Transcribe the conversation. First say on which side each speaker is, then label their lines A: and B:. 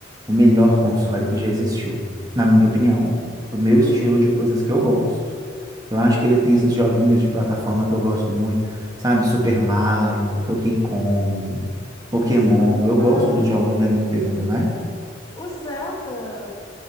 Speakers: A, on the right; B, on the left.
A: o melhor console que já existiu, na minha opinião, do meu
B: uhum,
A: estilo de coisas que eu gosto. Eu acho que ele tem esses joguinhos de plataforma que eu gosto muito, sabe? Super Mario, Donkey Kong, Pokémon.
B: uhum.
A: Eu gosto
B: Ah,
A: dos jogos
B: sim.
A: da Nintendo, né?
B: O Zelda